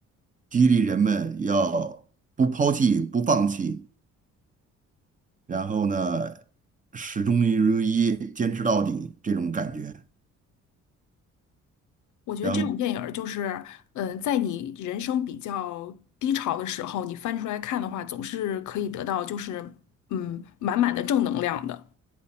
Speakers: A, on the right; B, on the left.
A: 激励人们要不抛弃、不放弃，然后呢，始终如一，坚持到底这种感觉。
B: 我觉得这种电影儿就是，
A: 然后，
B: 嗯，在你人生比较低潮的时候，你翻出来看的话，总是可以得到就是，嗯，满满的正能量的。